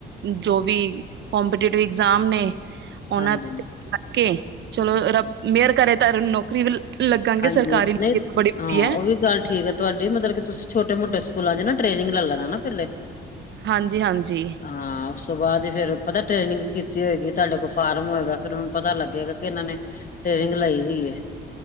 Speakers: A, on the right; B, on the left.
A: ਜੋ ਵੀ ਕਪੀਟੇਟਿਵ ਐਗਜ਼ਾਮ ਨੇ ਉਹਨਾਂ
B: ਹਾਂਜੀ
A: ਤੇ ਲੈ ਕੇ ਚਲੋ ਰ ਮੇਅਰ ਕਰੇ ਤਾਂ ਨੌਕਰੀ ਲੱਗਾਂਗੇ
B: ਹਾਂਜੀ
A: ਸਰਕਾਰੀ
B: ਨਹੀਂ
A: ਬੜੀ ਵਧੀਆ
B: ਹਾਂ ਉਹ ਵੀ ਗੱਲ ਠੀਕ ਹੈ ਤੁਹਾਡੀ ਮਤਲਬ ਕਿ ਤੁਸੀਂ ਛੋਟੇ ਮੋਟੇ ਸਕੂਲਾਂ ਚ ਨਾ ਟ੍ਰੇਨਿੰਗ ਲੈ ਲੈਣਾ ਨਾ ਪਹਿਲੇ
A: ਹਾਂਜੀ ਹਾਂਜੀ
B: ਹਾਂ ਉਸ ਤੋਂ ਬਾਅਦ ਫਰ ਪਤਾ ਟ੍ਰੇਨਿੰਗ ਕੀਤੀ ਹੋਏਗੀ ਤੁਹਾਡੇ ਕੋਲ ਫਾਰਮ ਹੋਏਗਾ ਫਿਰ ਹੁਣ ਪਤਾ ਲੱਗੇਗਾ ਕਿ ਇਹਨਾਂ ਨੇ ਟ੍ਰੇਨਿੰਗ ਲਾਈ ਦੀ